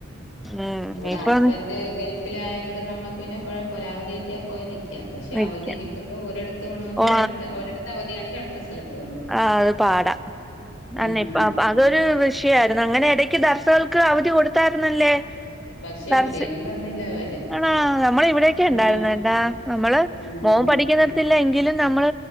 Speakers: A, in the centre; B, on the left.
A: ഉം
B: ഇവിടെ
A: ഇപ്പൊ
B: ഹസ്ബൻഡറ് ഗൾഫ് ലായൊണ്ട് നമ്മക്ക് പിന്നെ കൊഴപ്പല്ല അവധി കിട്ടിയ പോയി നിക്ക്- ക്ക്യാ പക്ഷെ
A: നിക്ക
B: അവധി കിട്ടുമ്പോ ഒരിടത്ത് പോണോങ്കി
A: ഓ
B: അടുത്ത ഒരിടത്ത് അവധിയാണെങ്കി അടുത്ത സ്ഥലത്ത് പോണം
A: ആ അത് പാടാം നന്നെ
B: ഉം
A: അതൊരു വിഷയമായിരുന്നു അങ്ങനെ ഇടക്ക് ദർശക അവധി കൊടുത്തായിരുന്നല്ലേ
B: പക്ഷെ
A: ദറസ്
B: ഇവിടെയൊന്നും തന്നില്ല അവര്
A: ആണാേ നമ്മൾ ഇവിടെക്കെ
B: ഉം
A: ഉണ്ടായിരുന്നേട്ടാ നമ്മള്
B: ഉം
A: മോൻ പഠിക്കുന്ന ഇല്ല എങ്കിലും നമ്മൾ